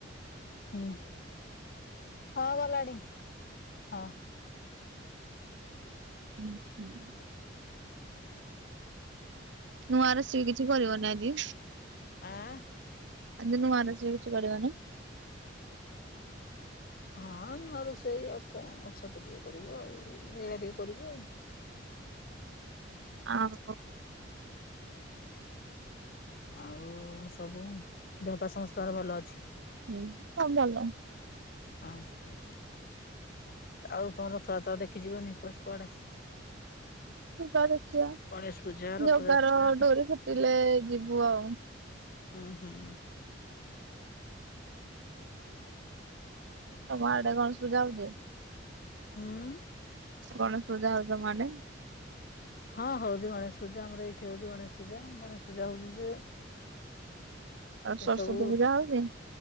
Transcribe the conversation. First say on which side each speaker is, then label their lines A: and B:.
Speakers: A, on the left (about 50°); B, on the right (about 70°).
A: ହୁଁ, ହଁ ଗଲାଣି ହଁ।
B: ଉଁ ହୁଁ। ନୂଆ ରୋଷେଇ କିଛି କରିବନି ଆଜି?
A: ଆଁ।
B: ଆଜି ନୂଆ ରୋଷେଇ କିଛି କରିବନି?
A: ହଁ ନୂଆ ରୋଷେଇ ଆଉ କଣ ଛତୁ ଟିକେ କରିବୁ ଆଉ ଏଇରା ଟିକେ କରିବୁ ଆଉ।
B: ଆମ୍ୱ।
A: ଆଉ ସବୁ ଦେହ ପାହା ସମସ୍ତଙ୍କର ଭଲ ଅଛି?
B: ହୁଁ, ସବୁ ଭଲ।
A: ଅ ହଁ। ଆଉ ତମେ ରଥଯାତ୍ରା ଦେଖି ଯିବନି ଏବର୍ଷ କୁଆଡେ।
B: ଯିବା ଦେଖିଆ
A: ଗଣେଶ ପୂଜା ରଥଯାତ୍ରା
B: ଜଗାର ଡୋରି ଫିଟିଲେ ଯିବୁ ଆଉ।
A: ଉଁ ହୁଁ।
B: ତମ ଆଡେ ଗଣେଶ ପୂଜା ହୋଉଚି?
A: ହୁଁ।
B: ଗଣେଶ ପୂଜା ହୋଉଛି ତମ ଆଡେ।
A: ହଁ ହୋଉଚି ଗଣେଶ‌ ପୂଜା ଆମର ଏଇଠି ହୋଉଚି ଗଣେଶ ପୂଜା। ଗଣେଶ ପୂଜା ହୋଉଚି ଯେ
B: ଆଉ ସରସ୍ଵତୀ
A: ଏସବୁ
B: ପୂଜା ହୋଉଚି?